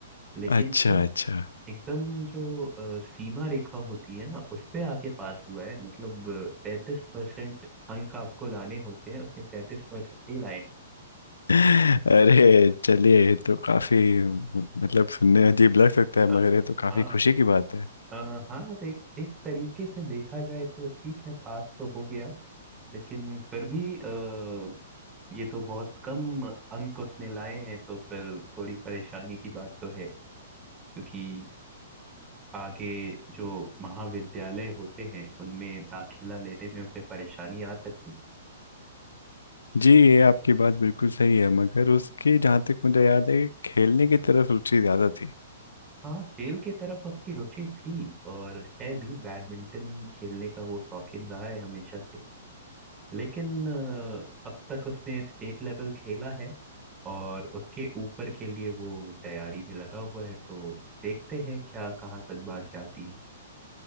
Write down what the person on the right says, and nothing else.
लेकिन
एकदम
एकदम जो अ, सीमा रेखा होती है ना उस पे आके पास हुआ है मतलब तैतीस परसेंट अंक आपको लाने होते हैं उसने तैतीस परसेंट ही लाए
अ,
हाँ
अ, हाँ तो एक, एक तरीके से देखा जाए तो ठीक है पास तो हो गया लेकिन फिर भी अ, ये तो बहुत कम अंक उसने लाए हैं तो फिर थोड़ी परेशानी की बात तो है क्योंकि आगे जो महाविद्यालय होते हैं उनमें दाखिला लेने में उसे परेशानी आ सकती
हाँ खेल की तरफ उसकी रुचि थी और है भी बैडमिंटन खेलने का वो शौकीन रहा है हमेशा से लेकिन अ, अब तक उसने स्टेट लेवल खेला है और उसके ऊपर के लिए वो तैयारी में लगा हुआ है तो देखते हैं क्या कहाँ तक बात जाती है